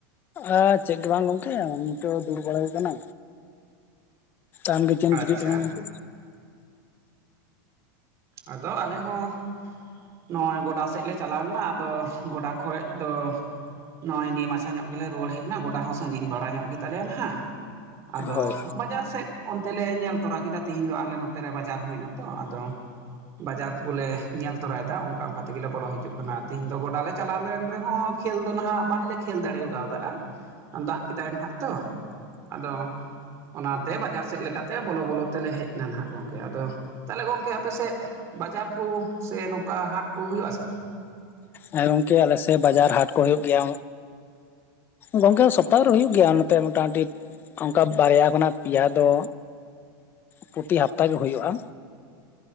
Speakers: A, on the left; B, on the right.
A: ᱟᱻ ᱪᱮᱫ ᱜᱮ ᱵᱟᱝ ᱜᱚᱝᱠᱮ ᱱᱤᱛᱚᱜ ᱫᱩᱲᱩᱵ ᱵᱟᱲᱟ ᱦᱩᱭᱩᱜ ᱠᱟᱱᱟ ᱟᱢᱜᱮ ᱪᱮᱫ ᱮᱢ ᱪᱤᱠᱟᱹᱭᱮᱜ
B: ᱟᱪᱪᱷᱟ
A: ᱛᱟᱞᱟᱝ-ᱟ ᱜᱚᱝᱠᱮ
B: ᱟᱫᱚ ᱟᱞᱮ ᱦᱚᱸ ᱱᱚᱜᱼᱚᱭ ᱜᱚᱰᱟ ᱥᱮᱫ ᱞᱮ ᱪᱟᱞᱟᱣ ᱞᱮᱱᱟ ᱟᱫᱚ ᱜᱚᱰᱟ ᱠᱷᱚᱡ ᱫᱚ ᱱᱚᱜᱼᱚᱭ ᱱᱤᱭᱟᱹ ᱢᱟᱪᱷᱟ ᱧᱚᱜ ᱜᱮᱞᱮ ᱨᱩᱣᱟᱹᱲ ᱦᱮᱡ ᱮᱱᱟ ᱜᱚᱰᱟ ᱦᱚᱸ ᱥᱟᱺᱜᱤᱧ ᱵᱟᱲᱟ ᱧᱚᱜ ᱜᱮ ᱛᱟᱞᱮᱭᱟ ᱱᱷᱟᱜ ᱟᱫᱚ
A: ᱦᱳᱭ
B: ᱵᱟᱡᱟᱨ ᱥᱮᱫ ᱚᱱᱛᱮ ᱞᱮ ᱧᱮᱞ ᱛᱚᱨᱟ ᱠᱮᱫᱟ ᱛᱤᱦᱤᱧ ᱫᱚ ᱟᱞᱮ ᱱᱚᱛᱮ ᱨᱮ ᱵᱟᱡᱟᱨ ᱦᱩᱭ ᱮᱱᱟ ᱛᱚ ᱟᱫᱚ ᱵᱟᱡᱟᱨ ᱠᱚᱞᱮ ᱧᱮᱞ ᱛᱚᱨᱟᱭᱮᱫᱟ ᱚᱱᱠᱟ ᱚᱱᱠᱟ ᱛᱮᱜᱮᱞᱮ ᱵᱚᱞᱚ ᱦᱤᱡᱩᱜ ᱠᱟᱱᱟ ᱛᱤᱦᱤᱧ ᱫᱚ ᱜᱚᱰᱟ ᱞᱮ ᱪᱟᱞᱟᱣ ᱞᱮᱱ ᱨᱮᱦᱚᱸ ᱠᱷᱮᱞ ᱫᱚ ᱱᱷᱟᱜ ᱵᱟᱝ ᱞᱮ ᱠᱷᱮᱞ ᱫᱟᱲᱮᱣᱟᱠᱟᱫᱟ ᱫᱟᱜ ᱠᱮᱫᱟᱭ ᱱᱷᱟᱜ ᱛᱚ ᱟᱫᱚᱻ ᱚᱱᱟᱛᱮ ᱵᱟᱡᱟᱨ ᱥᱮᱫ ᱞᱮᱠᱟᱛᱮ ᱵᱚᱞᱚ ᱵᱚᱞᱚ ᱛᱮᱞᱮ ᱦᱮᱡ ᱮᱱᱟ ᱱᱷᱟᱜ ᱜᱚᱢᱠᱮ ᱟᱫᱚ ᱛᱟᱦᱚᱞᱮ ᱜᱚᱝᱠᱮ ᱟᱯᱮ ᱥᱮᱫ ᱵᱟᱡᱟᱨ ᱠᱚ ᱥᱮ ᱱᱚᱝᱠᱟ ᱦᱟᱴ ᱠᱚ ᱦᱩᱭᱩᱜᱼᱟ ᱥᱮ ᱵᱟᱝ
A: ᱦᱮᱸ ᱜᱚᱝᱠᱮ ᱟᱞᱮᱥᱮᱜ ᱵᱟᱡᱟᱨ ᱦᱟᱴ ᱠᱚ ᱦᱳᱭᱳᱜ ᱜᱮᱭᱟ ᱜᱚᱝᱠᱮ ᱥᱚᱯᱛᱟᱦᱚ ᱨᱮ ᱦᱩᱭᱩᱜ ᱜᱮᱭᱟ ᱱᱚᱛᱮ ᱢᱚᱴᱟ-ᱢᱩᱴᱤ ᱚᱱᱠᱟ ᱵᱟᱨᱭᱟ ᱠᱷᱚᱱᱟᱜ ᱯᱤᱭᱟ ᱫᱚ ᱯᱨᱚᱛᱤ ᱦᱟᱯᱛᱟᱜᱮ ᱦᱩᱭᱩᱜᱼᱟ